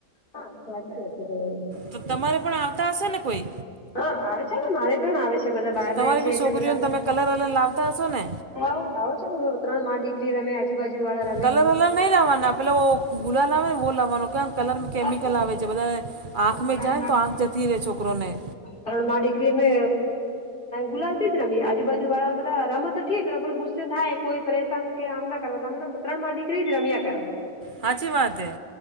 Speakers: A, on the left; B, on the right.
A: હા સાચા જશે તમારે
B: તો તમારે પણ આવતા હશે ને કોઈ
A: હા આવેશે્યાન મારે પણ આ્ય છે બધા બહાર
B: તમારી
A: રહે છે
B: બી
A: એટલે
B: છોકરીઓને
A: બધા
B: તમે કલર વલર લાવતા હશો ને
A: હા રાો છ ત્રણ મામાં દીક્રી રમે આજબજુળા
B: કલર વલર નહ લાવવાના પેલા ગુલા લાવવા ને બો લાવવાનો તો કલરમાં કેમિકલ
A: હા
B: આવે જે બધાને આંખમાં
A: ત્રણ
B: જાયને તો આંખ જતી રહે છોકરોને
A: તણ મા દીકરી અમે ગુલાલ થી જ રમી આજુબાજુ વાળા બધા રમત તો ઠીક ર ગુસ્સે થાય કોઈ પરેશાન કે આમ ના કરવા તમેમે ત્રણમાં દડીક્રી જ રમ્યા કરો
B: સાાચી વાત હૈ